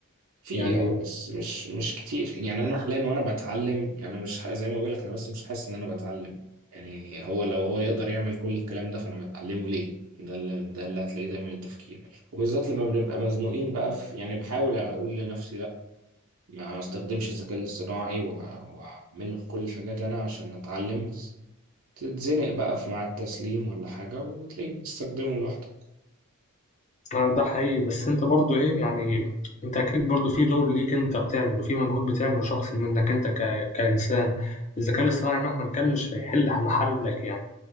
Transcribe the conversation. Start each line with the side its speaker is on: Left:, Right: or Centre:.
Right: في
Left: يعني
Right: اه بس مش مش كتير يعني انا حاليا وانا بتعلم يعني انا مش ح- زي ما بقول لك انا بس مش حاسس ان انا بتعلم يعني هو لو هو يقدر يعمل كل الكلام ده فانا بتعلمه ليه ده اللي ده اللي هتلاقيه دايما التفكير وبالذات لما بنبقى مزنوقين بقى في يعني بحاول اقول لنفسي لا ما استخدمش الذكاء الاصطناعي وأ- واعمل كل الحاجات انا عشان اتعلم بس تتزنق بقى في مع التسليم ولا حاجة وتلاقيك بتستخدمه لوحدك
Left: آه، ده حقيقي بس انت برضو ايه يعني انت اكيد برضو في دور ليك انت بتعمله في مجهود بتعمله شخص منك انت ك... كإنسان الذكاء الاصطناعي مهما كان مش هيحل محلك يعني